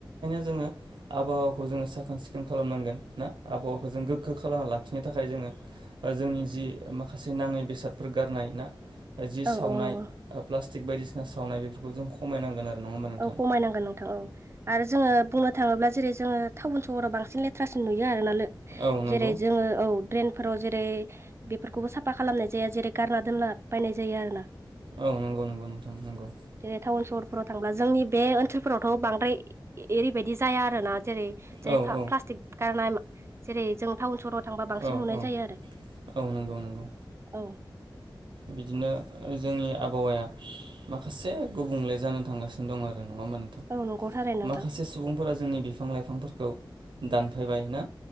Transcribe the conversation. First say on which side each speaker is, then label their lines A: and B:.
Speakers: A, on the right; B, on the right.
A: जोङो आबहावाखौ जोङो साखोन सिखोन खालामनांगोन ना आबहावाखौ जों गोग्गो खालामना लाखिनो थाखाय जोङो जोंनि जि माखासे नाङै बेसादफोर गारनाय ना जि
B: औ
A: सावनाय
B: औ नंगौ
A: प्लास्टिक बायदिसिना सावनाय बेफोरखौ जों खमायनांगोन आरो नङा होमबा नोंथां
B: औ खमायनांगोन नोंथां औ आरो जोङो बुंनो थाङोब्ला जेरै जोङो टाउन सहराव बांसिन बांसिन लेथ्रासिन नुयो आरोना लो
A: औ नंगौ
B: जेरै जोङो औ द्रेन फोराव जेरै बेफोरखौबो साफा खालामनाय जाया जेरै गारना दोनला बायनाय जायो आरो ना
A: औ नंगौ नंगौ नोंथां नंगौ।
B: जेरै टाउन सहरफोराव थांब्ला जोंनि बे ओनसोलफोरावथ' बांद्राय ओरैबायदि जाया आरोना जेरै जेरै
A: औ
B: प्लास्टिक
A: औ
B: गारनाय जेरै जों टउन सहर थांबा बांसिन
A: औ
B: नुनाय
A: औ
B: जायो आरो
A: औ नंगौ नंगौ
B: औ।
A: बिदिनो जोंनि आबहावाया माखासे गुबुंले जानो थांगासिनो दं आरोना। नङा होमबा नोंथां
B: औ नंगौ थारैनो नोंथां
A: माखासे सुबुंफोरा जोंनि बिफां लाइफांफोरखौ दानफायबाय ना